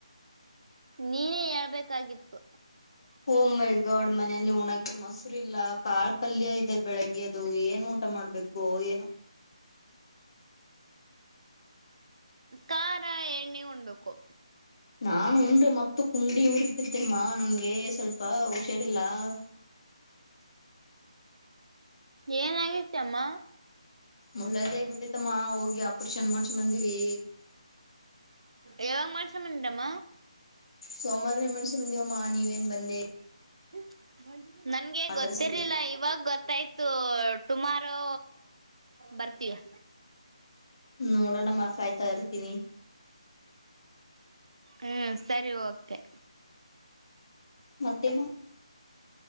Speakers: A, on the right; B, on the left.
A: ನೀನೇ, ಹೇಳ್ಬೇಕಾಗಿತ್ತು! <unintelligible>
B: ಓ ಮೈ ಗಾಡ್ ಮನಲಿ ಉಣಕ್ಕೆ ಮೊಸರ್ ಇಲ್ಲ ಕಾಳ್ ಪಲ್ಯ ಇದೆ ಬೆಳಗ್ಗೆ ಅದು ಏನ್ ಉಣ್ಣದು ಊಟ ಮಾಡ್ಬೇಕು ಏನು
A: ಖಾರ ಎಣ್ಣೆ ಉಣ್ಬೇಕು
B: ನಾನ್ ಉಂಡ್ರೆ ಮತ್ತು ಕುಂಡಿ ಉರಿಟ್ಟಿದ್ದೇಮ್ಮಾ ನನ್ಗೆ ಸ್ವಲ್ಪ ಹುಷಾರಿಲ್ಲಾ ಹಾ
A: ಏನಾಗಿತಮ್ಮ
B: ಮೂಲವ್ಯಾಧಿ ಆಗ್ಬಿಟ್ಟೈತಮ್ಮ ಹೋಗಿ ಆಪರೇಷನ್ ಮಾಡ್ಸ ಬಂದಿವಿ
A: ಯಾವಾಗ ಮಾಡ್ಸ ಬಂದಡಮ್ಮ
B: ಸೋಮವಾರ ಮನಸಿಗೆ ನೆಮ್ಮದಿಯಮ್ಮ ನೀವೇಏನ್ ಬಂದೆ
A: ಉಕ್ ಬಾ ನೀನು ನನ್ಗೆ
B: ಮಾತಾಡ್ಸಿಕ್ಕೆ
A: ಗೊತ್ತಿರ್ಲಿಲ್ಲ ಇವಾಗ ಗೊತ್ತಾಯ್ತು ಟುಮಾರೋ ಬರ್ತೀಯಾ
B: ನೋಡೋಣಮ್ಮ ಕಾಯ್ತಾ ಇರ್ತೀನಿ
A: ಹುಂ ಸರಿ ಓಕೆ
B: ಮತ್ತೆಮ್ಮ